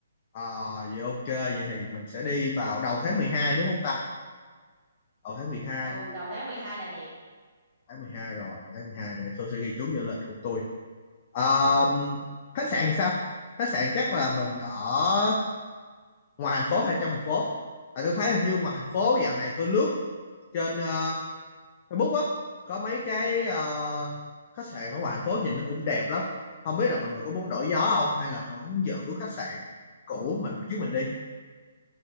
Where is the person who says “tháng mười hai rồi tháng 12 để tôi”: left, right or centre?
Left